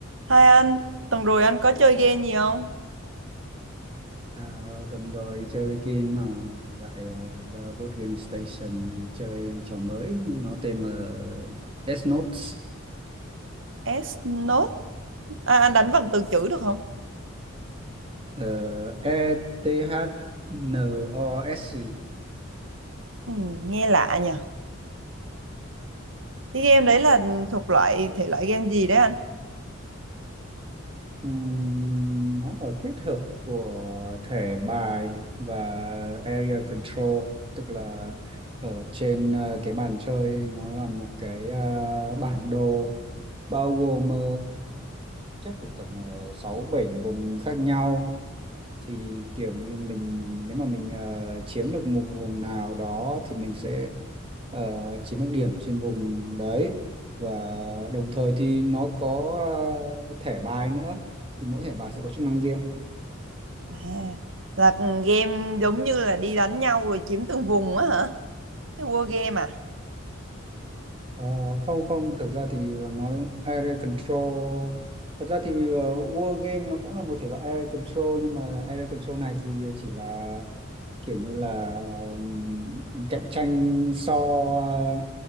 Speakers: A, on the right; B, on the right.
A: Hai anh, tuần rồi anh có chơi game gì không?
B: À, tuần rồi đi chơi với Kim mà lại à, ra board game station chơi trò mới nhưng nó tên là S-Notes
A: S-Note, à, anh đánh vần từ chữ được không?
B: uh, E T H n o s
A: Ừ, nghe lạ nhỉ. Cái game đấy là thuộc loại thể loại game gì đấy anh?
B: Ừm, nó là kết hợp của thẻ bài và area control tức là ở trên à, cái bàn chơi nó là một cái à, bản đồ bao gồm ờ, chắc cũng tầm uh, 6 7 vùng khác nhau thì kiểu như mình nếu mà mình ờ, chiếm được một vùng nào đó thì mình sẽ ờ, chiếm được điểm trên vùng đấy và đồng thời thì nó có ờ, thẻ bài nữa thì mỗi thẻ bài sẽ có chức năng riêng
A: À, là ừ, game giống như là đi đánh nhau rồi chiếm từng vùng á hả? Thế war game à?
B: Ờ, không không thực ra thì nó area control thật ra thì uh, war game nó cũng là một thể loại area control nhưng mà area control này thì chỉ là kiểu như là ừm, cạnh tranh so ờ,